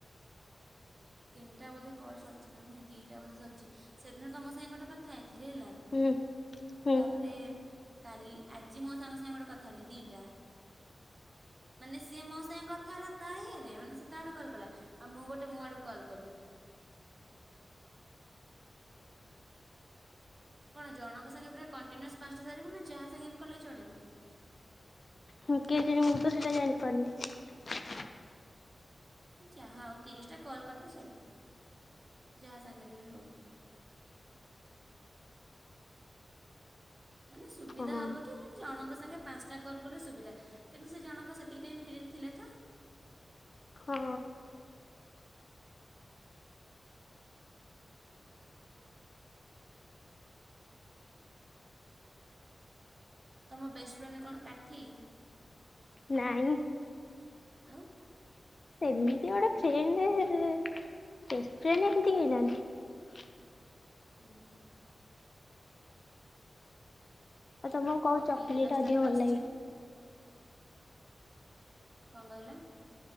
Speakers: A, on the right; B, on the left.
A: ତିନିଟା ବୋଧେ କଲ୍ ସରିଛି ନା ନାଇଁ ଦିଇଟା ବୋଧେ ସରିଛି ସେଦିନ ତମ ସାଙ୍ଗେ ଗୋଟେ କଥା ହେଇଥିଲି ହେଲା
B: ହୁଁ ହୁଁ
A: ତାପରେ କାଲି ଆଜି ମୋ ସାଙ୍ଗ ସାଙ୍ଗେ ଗୋଟେ କଥା ହେଲି ଦିଟା ମାନେ ସିଏ ମୋ ସାଙ୍ଗେ କଥା ହେଲା ତା ଇଏରେ ମାନେ ସେ ତା ଆଡେ କଲ କଲା ଆଉ ମୁଁ ଗୋଟେ ମୋ ଆଡୁ କଲ୍ କଲି। କଣ ଜଣଙ୍କ ସାଙ୍ଗେ ପୁରା କଣ୍ଟିନ୍ୟୁଅସ୍ ପାଞ୍ଚଟା ସାରି ବୁ ନା ଯାହା ସାଙ୍ଗେ ବି କଲେ ଚଳିବ?
B: ହୁଁ କେଯାଣି ମୁଁ ତ ସେଇଟା ଜାଣିପାରୁନି।
A: ଯାହା ଆଉ ତିରିଶଟା କଲ୍ କରିଦେଲେ ସରିଲା ଯାହା ସାଙ୍ଗରେ ବି ହଉ। <inaudible> ମାନେ ସୁବିଧା
B: ହଁ।
A: ହବ କି ମାନେ ଜଣଙ୍କ ସାଙ୍ଗେ ପାଞ୍ଚଟା କଲ କଲେ ସୁବିଧା କିନ୍ତୁ ସେ ଜଣଙ୍କ ସେତିକି ଟାଇ ଫ୍ରିରେ ଥିଲେ ତ। <inaudible>
B: ହଁ
A: ତମ ବେଷ୍ଟଫ୍ରେଣ୍ଡ କଣ କାଠି
B: ନାଇଁ
A: ଆଉ
B: ସେମିତି ଗୋଟେ ଫ୍ରେଣ୍ଡ ରେ ବେଷ୍ଟଫ୍ରେଣ୍ଡ ଏମିତି କେହି ନାହାଁନ୍ତି।
A: ହୁଁ ହୁଁ।
B: ଆଉ ତମକୁ କୋଉ
A: ପକେଇଥିଲ
B: ଚକୋଲେଟ
A: ଷ୍ଟାଟସ୍
B: ଅଧିକ ଭଲ ଲାଗେ?
A: ଯେ କଣ କହିଲ?